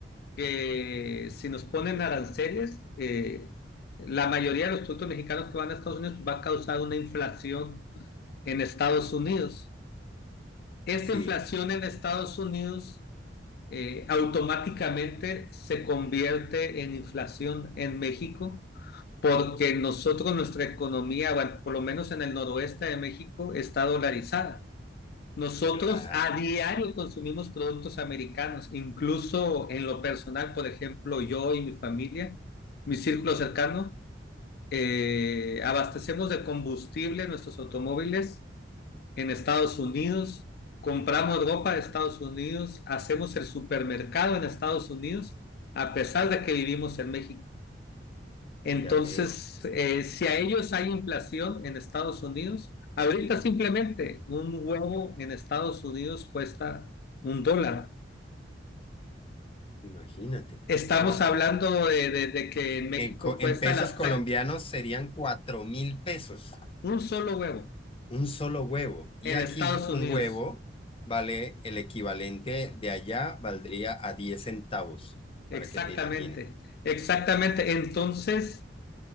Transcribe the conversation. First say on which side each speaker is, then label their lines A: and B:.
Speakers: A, on the left (about 60°); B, on the left (about 30°).
A: que si nos ponen aranceles, eh, la mayoría de los productos mexicanos que van a Estados Unidos va a causar una inflación en Estados Unidos. Esta
B: Sí.
A: inflación en Estados Unidos eh, automáticamente se convierte en inflación en México porque nosotros, nuestra economía, bueno, por lo menos en el noroeste de México, está dolarizada. Nosotros
B: Claro,
A: a diario consumimos productos americanos, incluso en lo personal, por ejemplo, yo y mi familia, mi círculo cercano, eh, abastecemos de combustible nuestros automóviles en Estados Unidos, compramos ropa de Estados Unidos, hacemos el supermercado en Estados Unidos, a pesar de que vivimos en México. Entonces,
B: ya veo.
A: eh, si a ellos hay inflación en Estados Unidos, ahorita simplemente un huevo en Estados Unidos cuesta un dólar.
B: Imagínate.
A: Estamos
B: Cuatro,
A: hablando de, de- de que en México
B: en, co- en
A: cuesta
B: pesos
A: las
B: colombianos serían cuatro mil pesos,
A: un solo huevo,
B: un solo huevo. Y
A: en
B: aquí
A: Estados Unidos.
B: un huevo vale el equivalente de allá, valdría a 10 centavos,
A: Exactamente,
B: para que te imagines.
A: exactamente. Entonces,